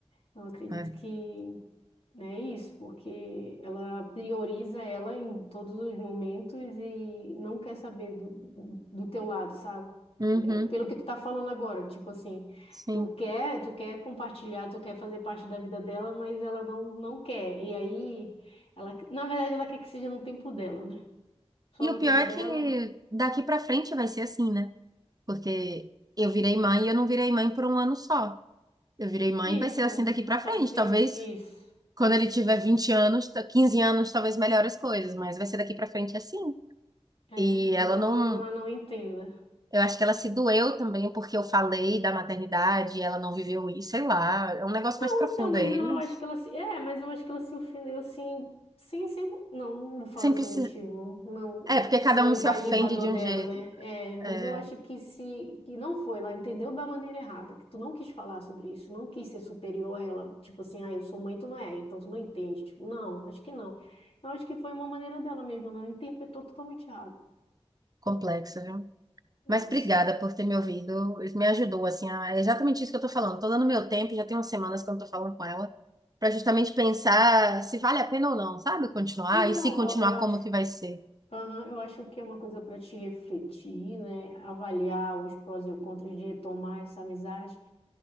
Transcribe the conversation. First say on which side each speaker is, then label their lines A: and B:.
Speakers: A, on the left (about 65°); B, on the right (about 35°).
A: Então, Eu acredito
B: É.
A: que né, é isso, porque ela prioriza ela em todos os momentos e não quer saber do, do teu lado, sabe?
B: Uhum,
A: É pelo que tu tá falando agora, tipo assim,
B: sim.
A: tu quer, tu quer compartilhar, tu quer fazer parte da vida dela, mas ela não, não quer. E aí, ela, na verdade, ela quer que seja no tempo dela, né? Só
B: E o
A: no
B: pior
A: tempo
B: é
A: dela.
B: que daqui pra frente vai ser assim, né? Porque eu virei mãe e eu não virei mãe por um ano só. Eu virei mãe
A: Isso,
B: e vai ser assim daqui pra frente.
A: vai ser
B: Talvez
A: isso.
B: quando ele tiver 20 anos, ta- 15 anos, talvez melhore as coisas, mas vai ser daqui pra frente assim. E
A: É,
B: ela
A: e talvez
B: não.
A: ela não entenda.
B: Eu acho que ela se doeu também porque eu falei da maternidade e ela não viveu isso, sei lá. É um negócio
A: Não,
B: mais profundo
A: então, mas
B: aí,
A: ela-
B: mas
A: eu acho que ela se. É, mas eu acho que ela se ofendeu assim, sem, sem. Não, não vou falar
B: sempre
A: sem
B: se.
A: motivo. Não,
B: É,
A: é
B: porque
A: que
B: cada
A: senão
B: um
A: eu
B: se
A: invalido
B: ofende
A: a dor
B: de
A: dela,
B: um jeito
A: né? É, mas
B: é,
A: eu acho que se que não foi, ela entendeu da maneira errada, que tu não quis falar sobre isso, não quis ser superior a ela. Tipo assim, ah, eu sou mãe, tu não é, então tu não entende. Tipo, não, acho que não. Eu acho que foi uma maneira dela mesmo, ela interpretou totalmente errado.
B: complexo, viu?
A: é
B: Mas
A: Isso.
B: obrigada por ter me ouvido. Isso me ajudou, assim, a- é exatamente isso que eu tô falando. Tô dando meu tempo, já tem umas semanas que eu não tô falando com ela, pra justamente pensar se vale a pena ou não, sabe? Continuar,
A: Então,
B: e se continuar,
A: eu, eu acho.
B: como que vai ser.
A: Aham, eu acho que é uma coisa para te refletir, né? Avaliar os prós e os contras de retomar essa amizade.